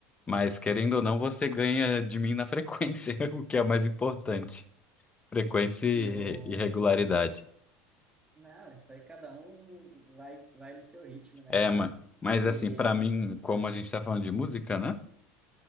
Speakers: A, on the left; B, on the right.
A: mas querendo ou não, você ganha de mim na frequência, <laughs> o que é o mais importante. Frequência e
B: E o.
A: e regularidade.
B: Não, isso aí cada um vai, vai no seu ritmo, né,
A: É,
B: cara?
A: ma- mas
B: E.
A: assim, pra mim, como a gente tá falando de música, né?